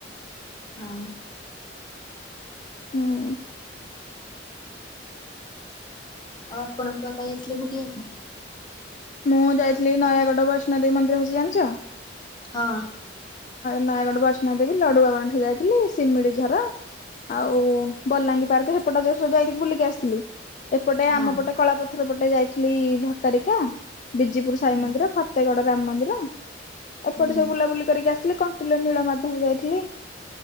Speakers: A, on the left; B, on the left.
A: ଆଁ।
B: ଉୁଁ।
A: ଆଉ ଆପଣତ କାଇ <unintelligible>
B: ମୁଁ ଯାଇଥିଲି ନୟାଗଡ ବୈଷ୍ଣ ଦେବୀ ମନ୍ଦିର ଅଛି ଜାନ୍‌ଚ?
A: ହଁ।
B: ନୟାଗଡ ବୈଷ୍ଣ ଦେବୀ, ଲଡୁଆ ବାଣ୍ଠି ଯାଇଥିଲି ଶିମିଳି ଝର। ଆଉ ବଲାଙ୍ଗୀ ପାର୍କ ସେପଟ ଯୋଉ ସ ଯାଇକି ବୁଲିକି ଆସିଥିଲି ଏପଟେ
A: ହଁ
B: ଆମ ପଟେ କଳାପ ଥର ପଟେ ଯାଇଥିଲି ଭଟାରିକା। ବିଜିପୁରୁ
A: ହୁଁ
B: ସାଇ ମନ୍ଦିର, ଫତେଗଡ ରାମ ମନ୍ଦିର ଏପଟେ
A: ହୁଁ
B: ସବୁ ବୁଲାବୁଲି କରିକି ଆସ୍ ଥିଲି କଣ୍ଟିଲ ନୀଳ ମାଧ୍ୟମ ଯାଇଥିଲି।